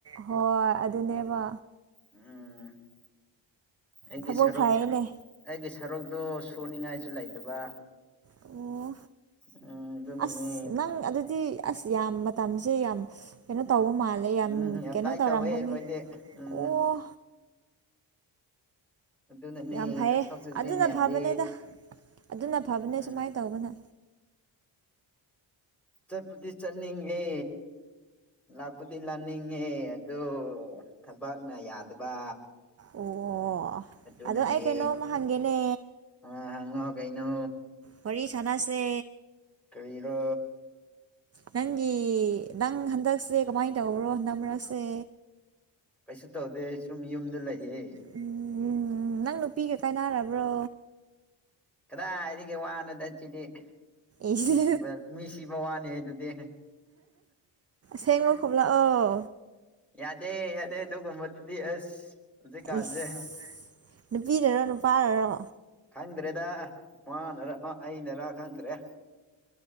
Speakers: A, on the right; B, in the centre.
A: ꯍꯣꯏ ꯑꯗꯨꯅꯦꯕ
B: ꯎꯝ <unintelligible> <inaudible> ꯑꯩꯒꯤ
A: ꯊꯕꯛ
B: ꯁꯔꯨꯛ
A: ꯐꯩꯌꯦꯅꯦ
B: ꯑꯩꯒꯤ ꯁꯔꯨꯛꯇꯣ ꯁꯨꯅꯤꯡꯉꯥꯏꯁꯨ ꯂꯩꯇꯕ
A: ꯑꯣ
B: ꯎꯝ ꯑꯗꯨꯅꯅꯦ
A: ꯑꯁ ꯅꯪ ꯑꯗꯨꯗꯤ ꯑꯁ ꯌꯥꯝ ꯃꯇꯝꯁꯦ ꯌꯥꯝ ꯀꯩꯅꯣ ꯇꯧꯕ ꯃꯥꯜꯂꯦ ꯂꯩ ꯌꯥꯝꯝ
B: ꯎꯝ ꯌꯥꯝ
A: ꯀꯩꯅꯣ
B: ꯇꯥꯏ
A: ꯇꯧꯔꯝꯒꯅꯤ
B: ꯇꯧꯋꯦ ꯑꯩꯈꯣꯏꯗꯤ ꯎꯝ
A: ꯑꯣ
B: ꯑꯗꯨꯅꯅꯦ
A: ꯌꯥꯝ ꯐꯩꯌꯦ
B: ꯆꯠꯊꯣꯛ ꯆꯠꯁꯤꯟ
A: ꯑꯗꯨꯅ
B: ꯌꯥꯗꯦ
A: ꯐꯕꯅꯦꯗ ꯑꯗꯨꯅ ꯐꯕꯅꯦ
B: ꯎꯝ
A: ꯁꯨꯃꯥꯏꯅ ꯇꯧꯕꯅ
B: ꯆꯠꯄꯗꯤ ꯆꯠꯅꯤꯡꯒꯦ ꯂꯥꯛꯄꯨꯗꯤ ꯂꯅꯤꯡꯉꯤ ꯑꯗꯨ ꯊꯕꯛꯅ ꯌꯥꯗꯕ
A: ꯑꯣ ꯑꯣ
B: ꯑꯗꯨꯅꯅꯦ
A: ꯑꯗꯣ ꯑꯩ ꯀꯩꯅꯣꯝꯃ ꯍꯪꯒꯦꯅꯦ
B: ꯑ ꯍꯪꯉꯣ ꯀꯩꯅꯣ
A: ꯍꯔꯤ ꯊꯅꯥꯥꯁꯦ
B: ꯀꯔꯤꯔꯣ
A: ꯅꯪꯒꯤ ꯅꯪ ꯍꯟꯗꯛꯁꯦ ꯀꯃꯥꯏꯅ ꯇꯧꯕ꯭ꯔꯣ ꯍꯟꯗꯛ ꯃꯔꯛꯁꯦ
B: ꯀꯩꯁꯨ ꯇꯧꯗꯦ ꯁꯨꯝ ꯌꯨꯝꯗ ꯂꯩꯑ
A: ꯎꯝ ꯅꯪ ꯅꯨꯄꯤꯒ ꯀꯥꯏꯅꯔꯕ꯭ꯔꯣ
B: ꯀꯗꯥꯏꯗꯒꯤ ꯋꯥꯅꯣꯗ ꯁꯤꯗꯤ
A: ꯏꯁ
B: ꯃꯤ ꯁꯤꯕ ꯃꯤ ꯁꯤꯕ ꯋꯥꯅꯤ ꯍꯥꯏ ꯑꯗꯨꯗꯤ
A: ꯁꯦꯡꯃ ꯈꯣꯝꯂꯥꯛ ꯑꯣ
B: ꯌꯥꯗꯦ ꯌꯥꯗꯦ ꯅꯗꯨ ꯀꯕꯗꯤꯗꯤ ꯑꯁ ꯍꯧꯖꯤꯛ ꯀꯥꯖꯦ
A: ꯏꯁ ꯅꯨꯄꯤꯅꯔꯣ ꯅꯨꯄꯥꯅꯔꯣ
B: ꯈꯪꯗ꯭ꯔꯦꯗ ꯃꯥꯅꯔ ꯑꯩꯅꯔ ꯈꯪꯗ꯭ꯔꯦ